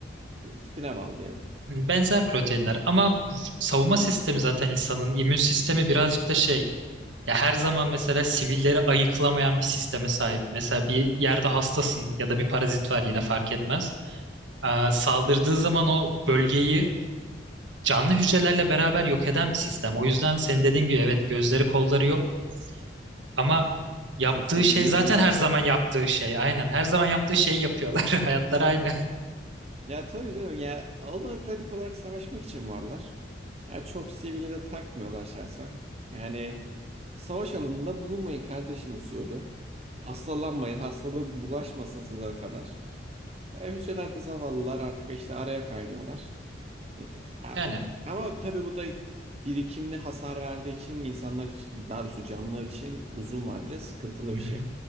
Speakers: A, on the right; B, on the right.
A: tipine bağlı diyelim.
B: benzer proteinler ama savunma sistemi zaten insanın immün sistemi birazcık da şey ya her zaman mesela sivilleri ayıklamayan bir sisteme sahip. Mesela bir yerde hastasın ya da bir parazit var yine fark etmez. Ee, saldırdığı zaman o bölgeyi canlı hücrelerle beraber yok eden bir sistem. O yüzden senin dediğin gibi evet gözleri kolları yok ama yaptığı
A: Çok seçici
B: şey zaten
A: değiller.
B: her zaman yaptığı şey. Aynen her zaman yaptığı şeyi yapıyorlar. <laughs> Hayatları aynı.
A: E, Ya tabii canım ya onlar pratik olarak savaşmak için varlar. Ya çok sivile de takmıyorlar şahsen. Yani savaş alanında bulunmayın kardeşim usulü. Hastalanmayın, hastalığı bulaşmasın size kadar. E, hücrelerde zavallılar artık işte araya kaynıyorlar. E,
B: Yani.
A: Ama tabii bu da birikimli hasar verdiği için insanlar için, daha doğrusu canlılar için uzun vadede sıkıntılı
B: Hı
A: bir şey.
B: hı.